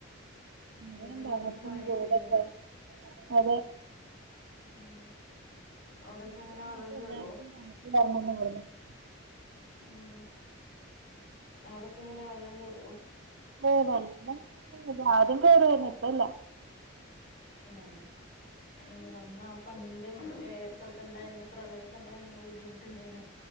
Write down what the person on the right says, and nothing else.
മഴയും
തണുപ്പും
ചൂടൊക്കെ
അതെ
ഇവിടെ
വന്നപ്പോ
എല്ലാർക്കും <unintelligible>
ഏഹ് വെള്ളം കേറൽ ആദ്യം കേറുവേര്ന്ന് ഇപ്പല്ല